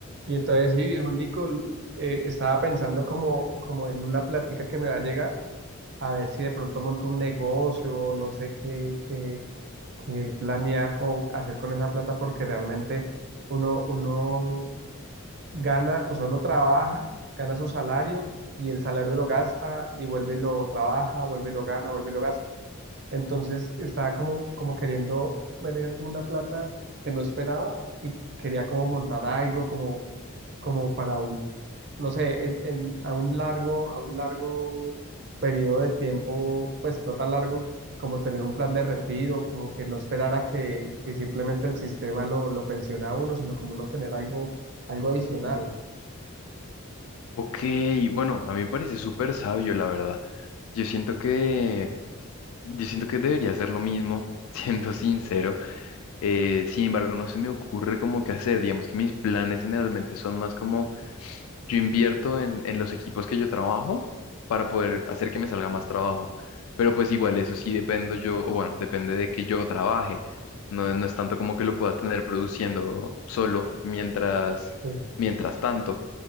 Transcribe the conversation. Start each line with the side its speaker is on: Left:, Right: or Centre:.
Right: Y entonces sí, viejo Nico, eh, estaba pensando como, como en una plática que me va a llegar, a ver si de pronto monto un negocio, no sé qué, qué, qué planear, cómo hacer con esa plata, porque realmente uno, uno gana, o sea, uno trabaja, gana su salario y el salario lo gasta y vuelve y lo trabaja, vuelve y lo gana, vuelve y lo gasta. Entonces estaba como, como queriendo, me llega como una plata que no esperaba y quería como montar algo como como para un no sé, en, en- a un largo, a un largo periodo de tiempo, pues no tan largo, como tener un plan de retiro, como que no esperar a que, que simplemente el sistema lo, lo pensione a uno, sino como no tener algo, algo adicional.
Left: Ok, bueno, a mí me parece súper sabio, la verdad. Yo siento que, yo siento que debería hacer lo mismo, <laughs> siendo sincero. Eh, sin embargo, no se me ocurre como qué hacer. Digamos que mis planes generalmente son más como yo invierto en, en los equipos que yo trabajo para poder hacer que me salga más trabajo. Pero pues igual eso sí dependo yo, o bueno, depende de que yo trabaje. No, no es tanto como que lo pueda tener produciendo solo mientras,
Right: Sí.
Left: mientras tanto.